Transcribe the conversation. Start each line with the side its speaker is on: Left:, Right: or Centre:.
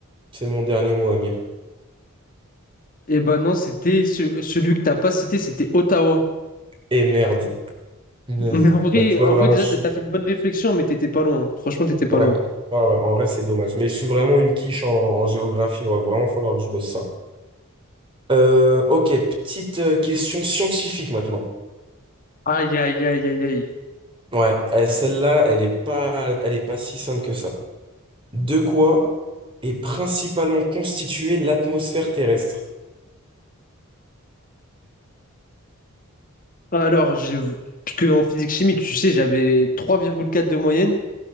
Right: C'est mon dernier mot, Amir.
Left: Eh ben non, c'était ce- celui que t'as pas cité, c'était Ottawa.
Right: Et merde. Punaise.
Left: <laughs> Mais en vrai,
Right: Bah, tu vois,
Left: en
Right: vraiment,
Left: vrai déjà,
Right: je suis...
Left: t'as t'as fait une bonne réflexion, mais t'étais pas loin. Franchement, t'étais pas
Right: Ouais.
Left: loin.
Right: Ah ouais, en vrai, c'est dommage. Mais je suis vraiment une quiche en, en géographie. Il va vraiment falloir que je bosse ça. Euh, ok, petite euh, question scientifique maintenant.
Left: Aïe, aïe, aïe, aïe, aïe.
Right: Ouais, euh, celle-là, elle est pas, elle est pas si simple que ça. De quoi est principalement constituée l'atmosphère terrestre?
Left: Alors, j'ai... parce qu'en physique chimie, tu sais, j'avais trois virgule quatre de moyenne.